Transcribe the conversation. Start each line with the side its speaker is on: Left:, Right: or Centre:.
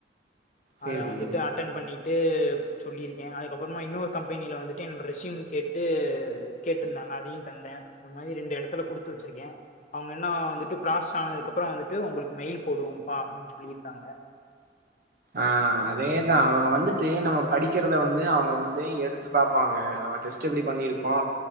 Right: சேரி
Left: அத வந்துட்டு அட்டன் பண்ணி ட்டு சொல்லியிருக்கே அதுக்கப்புறமா இன்னொரு கம்பெனியில வந்துட்டு என் ரெசியும் கேட்டு கேட்டிருந்தாங்க அதியு தந்தே அந்த மாரி ரெண்டு எடத்துல குடுத்து வச்சிருக்கே அவுங்க இன்னோ வந்துட்டு பிர்ராஸ் ஆனதுக்கு அப்புறோ வந்துட்டு உங்களுக்கு மெயில் போடுவோபா அப்பிடின் சொல்லிருக்காங்க
Right: ஆ அதேதா அவுங்க வந்துட்டு நம்ம படிக்கிறத வந்து அவுங்க வந்து எடுத்து பாப்பாங்க நம்ம டெஸ்ட் எப்பிடி பண்ணிருக்கோ
Left: ம்